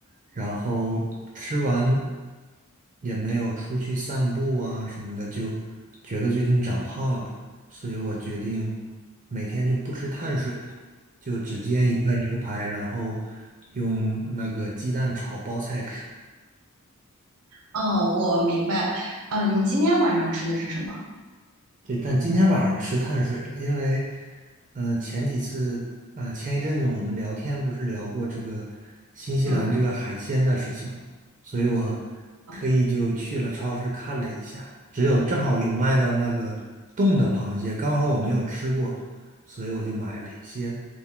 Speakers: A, on the right (about 35°); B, on the right (about 80°).
A: 然后吃完也没有出去散步啊什么的，就觉得最近长胖了，所以我决定每天就不吃碳水了。就只煎一块牛排，然后用那个鸡蛋炒包菜吃。
B: 哦，我明白。啊，你今天晚上吃的是什么？
A: 对，但今天晚上吃碳水了，因为，嗯、前几次，啊、前一阵子我们聊天不是聊过这个新西兰这个海鲜的事情吗？
B: 嗯，
A: 所以我
B: 哦
A: 特意就去了超市看了一下，只有正好有卖到那个冻的螃蟹，刚好我没有吃过，所以我就买了一些。